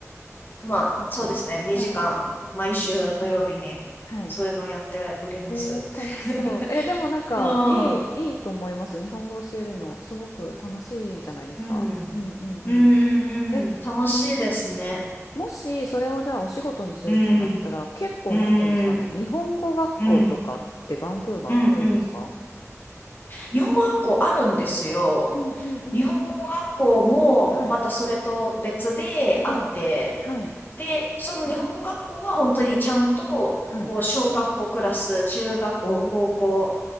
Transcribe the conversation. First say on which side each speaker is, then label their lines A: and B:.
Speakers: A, on the left; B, on the left.
A: そっかそっか。
B: まあそうですね、2時間毎週土曜日にそういうのをやっております。
A: はい。うんうんうん。はい。えー、楽しそう。
B: <laughs>
A: えー、でもなんか、
B: うん、
A: いい、
B: うん、
A: いいと思います。日本語教えるの、すごく楽しいじゃないですか。
B: うん、
A: うんうんうん。
B: うん、
A: え、
B: うん楽しいですね。
A: もし、それをじゃあお仕事にするってなったら、
B: うん、
A: 結構、
B: うん、
A: なんて言うんですかね、
B: うん、
A: 日本語学校とかってバンクーバーはあるんですか
B: うん、うん。うん日本語学校あるんですよ。
A: うんうんうん
B: 日本語学校も、
A: はい、
B: またそれと別であって、
A: はい、はい、
B: で、その日本語学校は本当にちゃんと、
A: はい。
B: こう、小学校クラス、中学校、
A: お
B: 高校